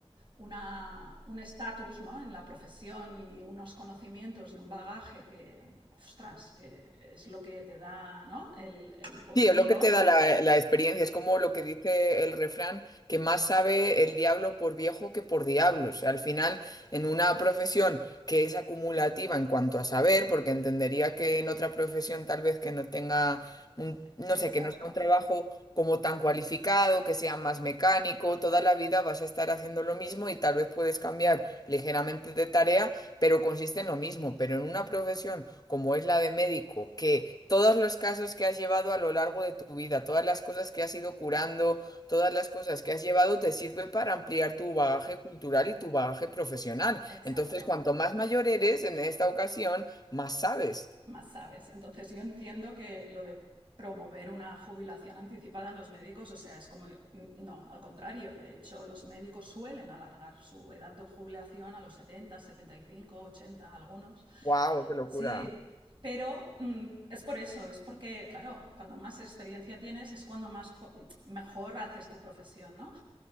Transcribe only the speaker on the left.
Sí, es lo que te da la, la experiencia, es como lo que dice el refrán, que más sabe el diablo por viejo que por diablo. O sea, al final, en una profesión que es acumulativa en cuanto a saber, porque entendería que en otra profesión tal vez que no tenga un- no
sé, que no sea un trabajo como tan cualificado, que sea más mecánico, toda la vida vas a estar haciendo lo mismo y tal vez puedes cambiar ligeramente de tarea, pero consiste en lo mismo. Pero en una profesión como es la de médico, que todos los casos que has llevado a lo largo de tu vida, todas las cosas que has ido curando, todas las cosas que has llevado, te sirve para ampliar tu bagaje cultural y tu bagaje profesional.
Entonces, cuanto más mayor eres en esta ocasión, más sabes.
¡Wow! ¡Qué locura!